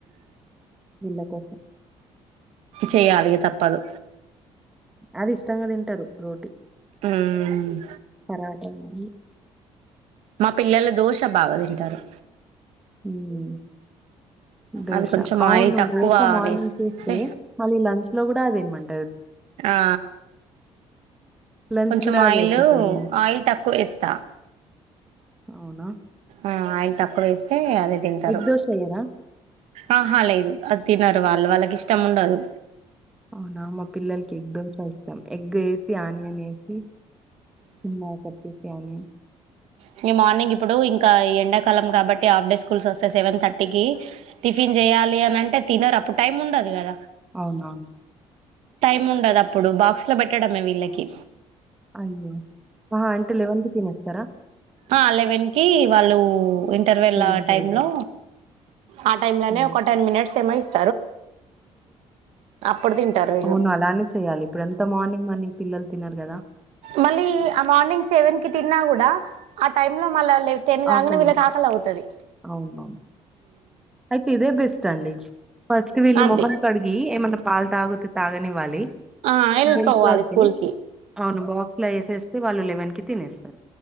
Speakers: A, in the centre; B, on the right.
A: వీళ్ళ కోసం.
B: చేయాలి తప్పదు
A: అది ఇష్టంగా తింటారు రోటీ
B: హ్మ్
A: పరాట గాని
B: పిల్లలు దోష బాగా తింటారు
A: హ్మ్ దోశ
B: అది కొంచెం
A: అవును
B: ఆయిల్ తక్కువ
A: దోస మార్నింగ్
B: వేస్తే
A: చేస్తే మళ్ళీ లంచ్ లో కూడా అదేయమంటా
B: ఆ
A: లంచ్
B: కొంచెం
A: గూడా
B: ఆయిలు
A: అదే అయిపోతది.
B: ఆయిల్ తక్కువ వేస్తా
A: అవునా
B: ఆ ఆయిల్ తక్కువ వేస్తే అదే తింటారు
A: ఎగ్ దోశ ఎయ్యరా?
B: ఆ హ లేదు తినరు వాళ్ళు వాళ్ళకి ఇష్టం ఉండదు
A: అవునా మా పిల్లలకి ఎగ్ దోశ ఇస్తాం ఎగ్ వేసి ఆనియన్ వేసి మా కొచ్చేసిఆనియన్
B: ఇంక మార్నింగ్ ఇప్పుడు ఇంకా ఎండాకాలం కాబట్టి హాఫ్ డే స్కూల్స్ వస్తే సెవెన్ థర్టీకి టిఫిన్ చేయాలి అని అంటే తినరు అప్పుడు టైం ఉండదు కదా
A: అవునా
B: టైమ్ ఉండదు అప్పుడు బాక్స్ లో పెట్టడమే వీళ్ళకి
A: అయ్యో! ఆహా! అంటే తినేస్తారా?
B: ఆ లెవెన్కి వాళ్ళు ఇంటర్వెల్ ఆ
A: ఉంటది
B: టైంలో
A: గదా!
B: ఆ టైంలోనే
A: హ్మ్.
B: ఒక టెన్ మినిట్స్ ఏమో ఇస్త అప్పుడు తింటారు వీళ్ళు
A: అవును అలానే చెయ్యాలి ఇప్పుడు ఎంత మార్నింగ్ మన పిల్లలు తినరు కదా
B: మళ్ళీ ఆ మార్నింగ్ సెవెన్ కి తిన్నా కూడా ఆ టైమ్ లో మళ్ళ టెన్ కాంగనే
A: ఆకలేయ్
B: వీళ్ళకు ఆకలవుతది
A: అవునవును. అయితే ఇదే బెస్ట్ అండి ఫస్ట్ వీళ్ళు
B: అది
A: ముఖం కడిగి ఏమైనా పాలు తాగితే తాగనివ్వాలి
B: ఆ
A: <unintelligible>
B: వెళ్ళిపోవాలి స్కూల్ కి
A: బాక్స్ లో వేసేస్తే వాళ్ళు లెవెన్ కి తినేస్తారు